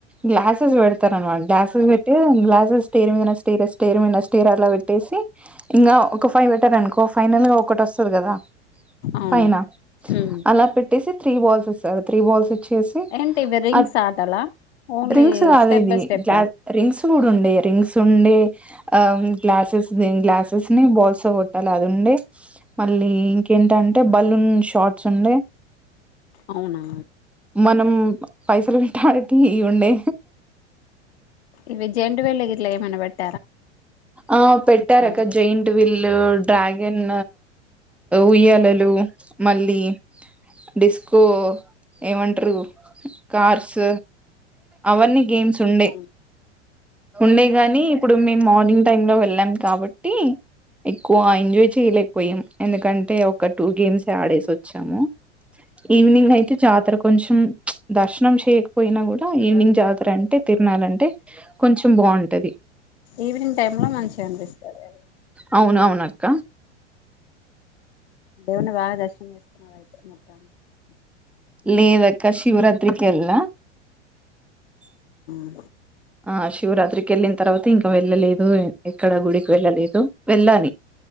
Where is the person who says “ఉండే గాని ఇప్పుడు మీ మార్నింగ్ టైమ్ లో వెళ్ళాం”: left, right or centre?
Centre